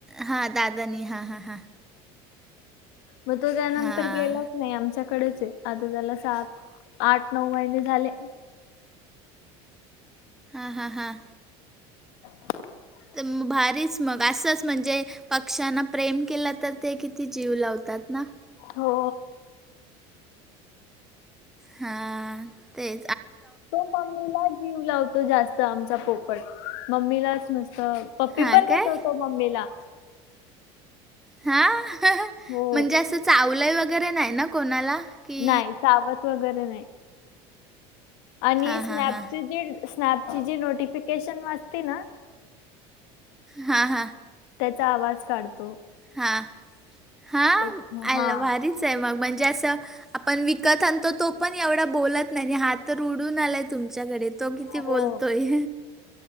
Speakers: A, in the centre; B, on the left.
A: हां दादानी हां, हां, हां.
B: मग तो त्यानंतर
A: हा
B: गेला नाही आमच्याकडेच आहे आता त्याला सात, आठ, नऊ महिने झाले‌.
A: हा हा हां.
B: <inaudible>
A: त भारीच मग असस म्हणजे पक्ष्यांना प्रेम केला तर, ते किती जीव लावतात ना.
B: हो.
A: हां. ते.
B: तो मम्मीलाच जीव लावतो जास्त आमचा पोपट. मम्मीलाच नुसत पप्पी
A: हां
B: पण
A: काय
B: देतो तो मम्मीला.
A: हा.
B: हो
A: म्हणजे असं चावलाय वगैरे नाही ना कोणाला. की
B: नाही. चावत वगैरे नाही. आणि
A: हां
B: स्नॅपची
A: हां हां
B: जी, स्नॅपची जी नोटिफिकेशन वाजते ना.
A: हा हा.
B: त्याचा आवाज काढतो.
A: हा, हा,
B: एक-
A: आय
B: हा
A: ला भारीच. म्हणजे अस, आपण विकत आणतो. तो पण एवढा बोलत नाही. हातर उडून आलाय तुमच्याकडे. तो किती
B: हो
A: बोलतोय.